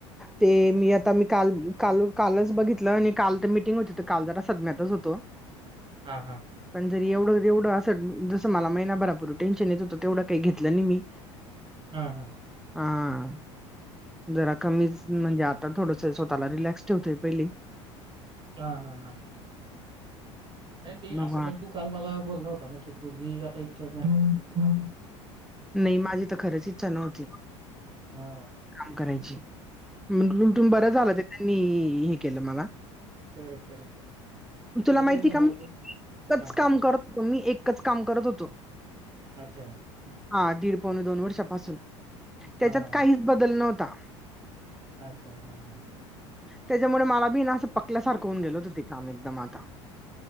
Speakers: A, in the centre; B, on the right (about 30°).
A: ते मी आता मी काल- कालच बघितलं आणि काल तर मीटिंग.. काल जरा सदम्यात होतो,
B: हां, हां.
A: पण जर एवढं तेवढं असं जसं मला महिना भरापूर्वी टेन्शन येत होतं तेवढं काही घेतलं नाही मी....
B: हं हं
A: हां जरा कमीच म्हणजे आता थोडंसं स्वतःला रिलॅक्स... ठेवतोय पहिले
B: हां हां हां नाही ते
A: मग
B: असं
A: हा
B: पण तू काल मला बोलला होता ना? की तुझी आता इच्छाच नाही काही...
A: नाही माझी तर खरंच इच्छा नव्हती.
B: हां.
A: काम करायची म्हणुन
B: तर ते
A: बर
B: एक
A: झालं ते त्यांनी हे केलं मला.
B: Correct, correct, correct. मी
A: तुला माहिती
B: तेच म्हणणार
A: का
B: होतो.
A: एकच
B: हां,
A: काम करत होतो मी, एकच काम करत होतो.
B: अच्छा.
A: हा दीड पावणे दोन वर्षापासून त्याच्यात
B: हां, हां,
A: काहीच
B: हां.
A: बदल नव्हता.
B: अच्छा हा, हा.
A: त्याच्यामुळे मला बी ना असं पकल्यासारखं होऊन गेलं होतं ते काम एकदम आता.